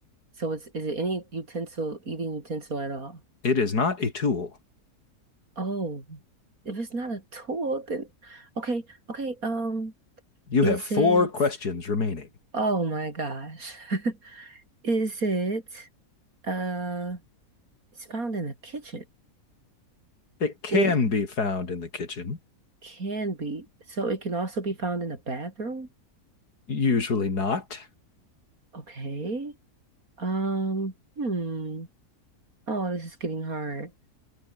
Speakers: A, on the right; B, on the left.
A: So it's is it any utensil, eating utensil at all?
B: It is not a tool.
A: Oh, if it's not a tool, then okay, okay. Um,
B: You
A: is
B: have four
A: it?
B: questions remaining.
A: Oh my gosh, <laughs> is it? Uh, it's found in the kitchen.
B: It can
A: It
B: be found in the kitchen,
A: can be, so it can also be found in the bathroom.
B: usually not.
A: Okay. Um. Hmm. Oh, this is getting hard.